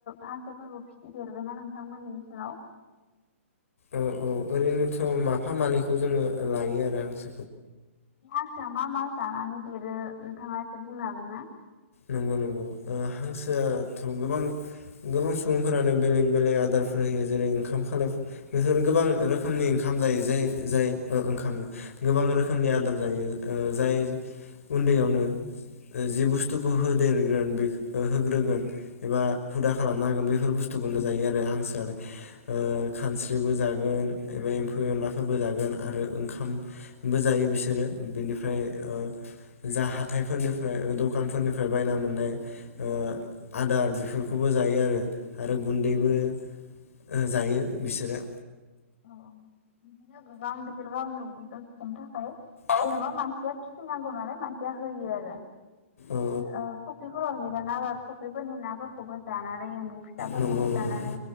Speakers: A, on the left (about 55°); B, on the left (about 75°).
A: हांसोफोरबो फिसिफेरबायना नोंथांमोननिनि ओनसोलाव?
B: औ औ ओरैनोथ' माफा मानैखौ जोङो लायो आरो हा़ं
A: बे हांसोआ मा मा जानानै देरो नोंथाङा एसे बुंनो हागोन ना?
B: नंगौ नंगौ ओ हांसोआथ' गोबां गोबां सुबुंफोरानो बेलेग बेलेग आदारफोर होयो। जेरै ओंखाम खालायफो बेफोर गोबां रोखोमनि ओंखाम जायो जे जाय जाय ओ ओंखामनो गोबां रोखोमनि आदार जायो ओ जाय उन्दैयावनो जि बुस स्थुखौ होदेरगोन होग्रोगोन एबा हुदा खालामना होगोन बेफोर बुस्थुखौनो जायो आरो हांसोआलाय। ओ खानस्रिबो जागोन एबा एम्फौ एनलाफोरबो जागोन आरो ओंखामबो जायो बिसोरो। बेनि फ्राय ओ जा हा थायफोरनिफ्राय ओ द खानफोरनिफ्राय बायना मोननाय ओ आदार बेफोरखौबो जायो आरो आरो गुन्दैबो ओ जायो बिसोरो।
A: अ बिदिनो गोबां बिफोर गावनि उदैखो सुफुंनो था खाय
B: औ
A: जेनबा मान <unintelligible> फिसिनांगौ नालाय मानसिया होयो आरो
B: औ
A: ओ फख्रि फोराव है <unintelligible> फुख्रिफोरनि नाफोरखौबो जानानै एम्बु फिसाफोरखौ
B: नंगौ नंगौ
A: जानानै